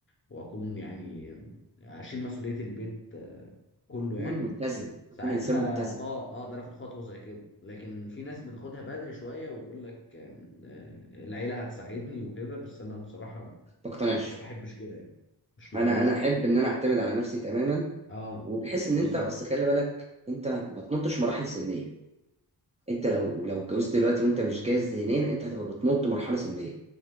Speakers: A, on the left (about 30°); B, on the right (about 15°).
A: واكون يعني اشيل مسؤوليه البيت آه، كله
B: اكون
A: يعني
B: متزن
A: ساعتها
B: اكون انسان متزن
A: اه آه، اقدر اخد خطوه زي كده لكن في ناس بتاخدها بدري شويه ويقول لك آم، آه، العيله هتساعدني وكده بس انا بصراحه ما
B: ما اقتنعش
A: ما بحبش كده يعني مش مع
B: انا
A: الناس
B: انا
A: دي
B: احب ان انا اعتمد على نفسي تماما
A: اه
B: وبحيث ان
A: بالظبط
B: انت اصل خلي بالك انت ما تنطش مراحل سنيه انت لو لو اتجوزت دلوقتي وانت مش جاهز ذهنيا انت هتبقى بتنط مرحله سنيه